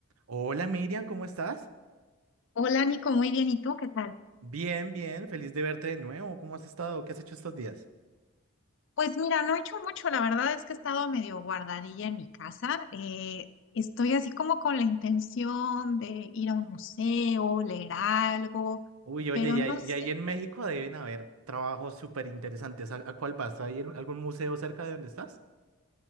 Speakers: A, on the right; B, on the left.
A: Hola Miriam, ¿cómo estás?
B: Hola Nico, muy bien. ¿Y tú qué tal?
A: Bien, bien, feliz de verte de nuevo. ¿Cómo has estado? ¿Qué has hecho estos días?
B: Pues mira, no he hecho mucho. La verdad es que he estado medio guardadilla en mi casa. Eh, estoy así como con la intención de ir a un museo, leer algo,
A: Uy, oye,
B: pero
A: y
B: no
A: ahí, y
B: sé.
A: ahí en México deben haber trabajos súper interesantes. ¿A, a cuál vas? ¿Hay el- algún museo cerca de donde estás?